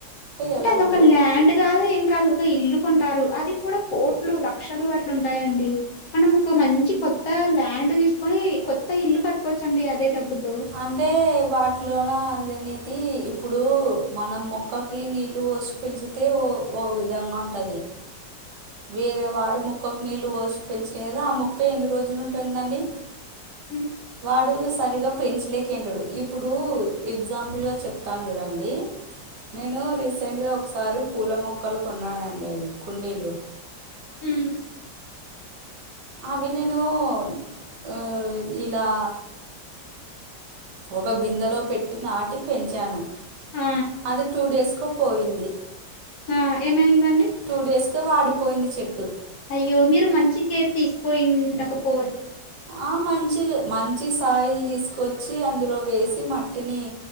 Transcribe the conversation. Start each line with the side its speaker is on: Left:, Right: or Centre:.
Left: అంటే
Right: ఎలా
Left: అదొక
Right: అండి
Left: ల్యాండ్ కాదు ఏం కాదు ఒక ఇల్లుకొంటారు అది కూడా కోట్లు లక్షలు అట్లుంటాయండి. మనం ఒక మంచి కొత్త ల్యాండ్ తీసుకొని కొత్త ఇల్లు కట్టుకోవచ్చండి అదే డబ్బుతో
Right: అంటే వాటిలోన అనేది ఇప్పుడు మనం మొక్కకి నీళ్ళు పోసి పెంచితే ఓ ఒక విధంగా ఉంటది. వేరే వాడు మొక్కకు నీళ్ళు పోసి పెంచినే కదా ఆ మొక్క ఎన్ని రోజులు ఉంటుందండి.
Left: ఉమ్,
Right: వాడు సరిగా పెంచు లేకే అంటాడు ఇప్పుడు ఎగ్జాంపుల్ గా చెప్తాను చూడండి నేను రీసెంట్గా ఒకసారి పూల మొక్కలు కొన్నానండి అవి కుండీలు
Left: ఉం
Right: అవి నేను హు ఇలా ఒక బిందలో పెట్టి నాటి పెంచాను
Left: ఆ
Right: అది టూ డేస్కు పోయింది
Left: ఆ ఏమైందండి
Right: టూ డేస్ కే వాడిపోయింది చెట్టు
Left: అయ్యో మీరు మంచి కేర్ తీసుకోయి ఉండకపోవ
Right: ఆ మంచిదే మంచి సాయిల్ తీసుకొచ్చి అందులో వేసి మట్టిని